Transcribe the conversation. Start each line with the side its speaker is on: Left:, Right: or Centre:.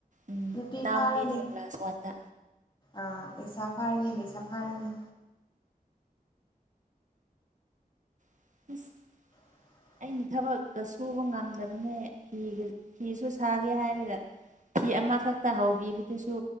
Right: ꯎꯝ
Left: ꯅꯨꯄꯤ
Right: ꯃꯅꯥꯎꯅꯨꯄꯤꯗꯨꯅ
Left: ꯐꯥꯔꯅꯤ
Right: ꯀ꯭ꯂꯥꯁ ꯋꯥꯟꯗ
Left: ꯑꯥ ꯂꯩꯁꯥ ꯐꯔꯦꯅꯦ ꯂꯩꯁꯥ ꯐꯔꯦꯅꯦ
Right: <inaudible>
Left: <inaudible>
Right: ꯑꯩꯅ ꯊꯕꯛ ꯇ ꯁꯨꯕ ꯉꯝꯗꯕꯅꯦ ꯐꯤꯒ ꯐꯤꯁꯨ ꯁꯥꯒꯦ ꯍꯥꯏꯔꯒ ꯐꯤ ꯑꯃꯈꯛꯇ ꯍꯧꯕꯤꯕꯗꯨꯁꯨ